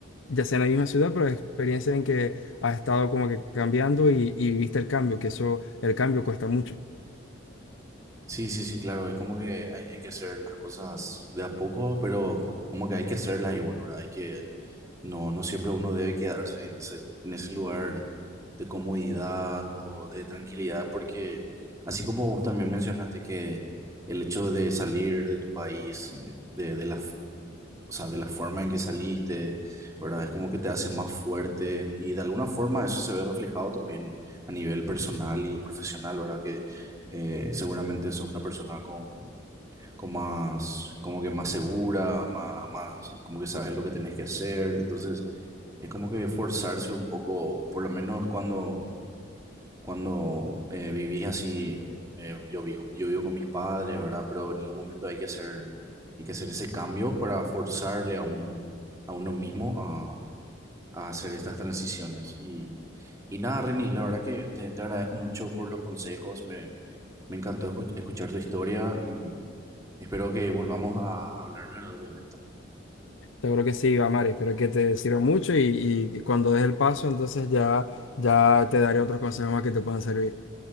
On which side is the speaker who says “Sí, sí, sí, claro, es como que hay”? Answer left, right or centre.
Right